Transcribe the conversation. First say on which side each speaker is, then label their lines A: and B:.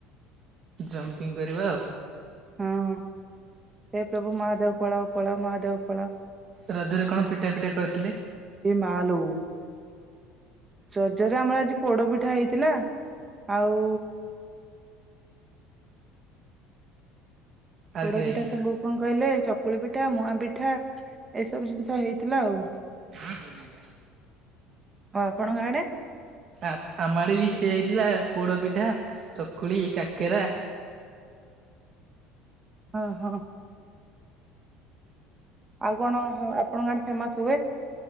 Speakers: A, on the right; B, on the right.
A: ଜମ୍ପିଙ୍ଗ କରିବା ଆଉ।
B: ହଁ। ଏ ପ୍ରଭୁ ମହାଦେବ ପଳାଅ ପଳାଅ ମହାଦେବ ପଳାଅ।
A: ରଜରେ କଣ ପିଠା ପିଠା କରିଥିଲେ
B: ଏ ମା ଲୋ। ରଜରେ ଆମର ଆଜି ପୋଡ ପିଠା ହେଇଥିଲା ଆଉ
A: ଆଉ
B: ପୋଡ
A: କିଏ
B: ପିଠା
A: ହେଇଥିଲା?
B: ସାଙ୍ଗକୁ କଣ କହିଲେ ଚକୁଳି ପିଠା, ମୁଆ ପିଠା ଏସବୁ ଜିନିଷ ହେଇଥିଲା ଆଉ।
A: ଆଜ୍ଞା।
B: ଆଉ ଆପଣଙ୍କ ଆଡେ?
A: ଆ ଆମ ଆଡେବି ସେଆ ହେଇଥିଲା ପୋଡ ପିଠା, ଚକୁଳି, କାକେରା।
B: ଓ ହ। ଆଉ କଣ ଆପଣଙ୍କ ଆଡେ ଫେମସ ହୁଏ?